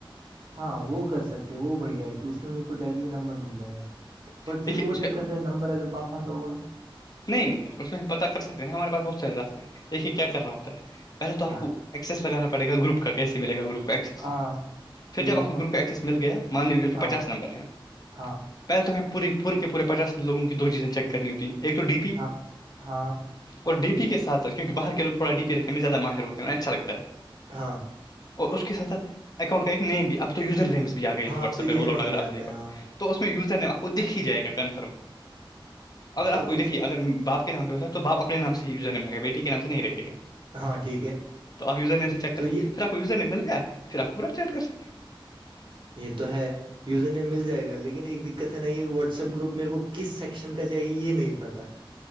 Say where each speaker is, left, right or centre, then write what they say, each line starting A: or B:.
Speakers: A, on the right; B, on the left.
A: ہاں وہ کر سکتے ہیں وہ بڑھیا ہے کہ اس میں میرے کو ڈائریکٹلی نمبر مل جائے گا بٹ پھر
B: دیکھیے
A: وہ
B: اس کا
A: دقت ہے نمبر اگر پاپا کا ہوا
B: نہیں نہیں نہیں اس میں ہم پتا کر سکتے ہیں نا ہمارے پاس بہت سارے راستے ہیں دیکھیے کیا کرنا ہوتا ہے پہے تو
A: کیا
B: آ کو ایکس لگا پڑے گروپ کا کیسے مل گروپ ایکسس
A: ہاں
B: پھر
A: ٹھیک
B: جب آپ
A: ہے
B: کو گروپ کا ایکسس مل گیا مان لیجیے اس میں
A: ہاں
B: پچاس نمبر ہیں
A: ہاں
B: پہلے تو ہمیں پوری پورے کے پورے پچاس لوگوں کی دو چیزیں چیک کرنی ہوتی ایک تو ڈی پی
A: ہاں ہاں
B: اور ڈی پی کے ساتھ کیونکہ باہر کے لوگ تھوڑا ڈی پی رکھنے میں زیادہ ماہر ہوتے ہیں اچھا لگتا ہے
A: ہاں
B: اور اس کے ساتھاتھ اکاؤنٹ کا ایک نیم بھی اب تو یوزر نیس بھی گئے
A: ہاں
B: ہیں واٹسپ
A: اب تو یوزر
B: میں رول
A: نیم
B: آؤٹ
A: بھی آتا ہے ہاں
B: تو اس یوزر نے آپ کو دیکھ ہی جائے گا کنفرم اگر آپ
A: اب
B: کو دیکھیے اگر باپ کے نام پہ ہوتا تو بپ اپنے نام سےم رہکھ گ بیٹی کے نام نہیں رکھے گا
A: ہاں ٹھیک ہے
B: تو آپ یوزر نے سے چیک
A: تو
B: کرتے
A: یہ
B: پھر آپ کو یوزر نہیں مل گیا پھر آپ پورا چیٹ کر سکتے ہیں
A: یہ تو ہے یوزر مل جائے گا لیکن ایک دقت ہے نا یہ واٹسپ گروپ میرے کو کس سیکشن کا چاہیے یہ نہیں پتا